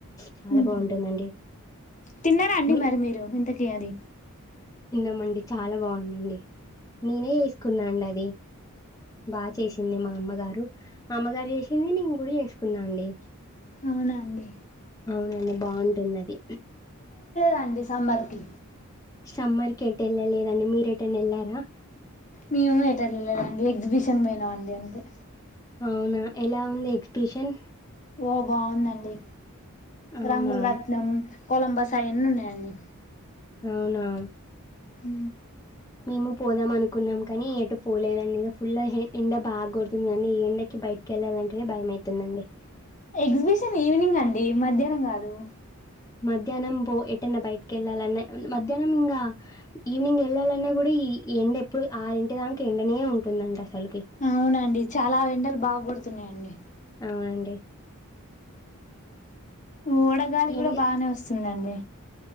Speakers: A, on the left; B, on the left.
A: చాలా
B: ఉమ్.
A: బాగుంటుందండి
B: తిన్నారా అండి
A: మీ
B: మరి మీరు ఇంతకీ అది
A: అమండి చాలా బాగుందండి నేనే వసుకున్నాండి అది బాగా చేసింది మా అమ్మగారు అమ్మగారు చేసింది నేను కూడా చేసుకున్నా అండి
B: అవునా అండి
A: అవునండి బాగుంటుందది
B: రండి సమ్మర్ కి
A: సమ్మర్ కి ఎటు వెళ్ళలేదండి మీరెటైనా వెళ్ళారా
B: మేము ఏటెళ్ళలేదండి ఎగ్జిబిషన్ పోయినాం అండి అంతే
A: అవునా ఎలా ఉంది ఎగ్జబిషన్
B: ఓ బాగుందండి
A: అవునా
B: రంగలు రాట్నము కొలంబస్ అయన్నీ ఉన్నాయండి
A: అవునా
B: ఉ
A: మేము పోదాం అనుకున్నాం కానీ ఎటు పోలేదండి ఇక ఫుల్ ఎండ బాగ కొడుతుంది కానీ ఈ ఎండకి బయటకి వెళ్ళాలింటేనే భయమవుతుందండి
B: ఎగ్జిబిషన్ ఈవినింగ్ అండి మధ్యాహ్నం కాదు
A: మధ్యాహ్నం పో ఎటన్నా బయటకి వెళ్ళాలన్నా మధ్యాహ్నంగా ఈవినింగ్ వెళ్ళాలన్నా కూడా ఈ ఎండ ఎప్పుడు ఆరింటి దాక ఎండనే ఉంటుందండి అసలు
B: అవునండి చాలా ఎండలు బాగకొడుత <unintelligible>
A: అవునండి
B: వడగాలి కూడా
A: ఎండ
B: బాగానే వస్తుందండి